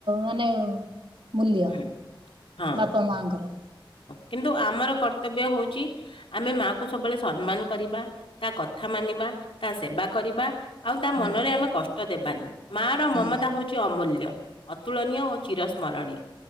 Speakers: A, on the right; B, on the left.
A: ମାନେ ମୂଲ୍ୟ।
B: ହୁଁ ହଁ।
A: ତମ ମାଙ୍କର।
B: କିନ୍ତୁ ଆମର କର୍ତ୍ତବ୍ୟ ହଉଚି ଆମେ ମା କୁ ସବୁବେଳେ ସମ୍ମାନ କରିବା ତା କଥା ମାନିବା ତା ସେବା କରିବା ଆଉ ତା
A: ହୁଁ
B: ମନରେ ଆମେ କଷ୍ଟ ଦେବାନି ମା ର
A: ହୁଁ
B: ମମତା ହୋଉଚି ଚି ଅମୁଲ୍ୟ ଅତୁଳନୀୟ ଓ ଚିରଶ୍ନରଣୀୟ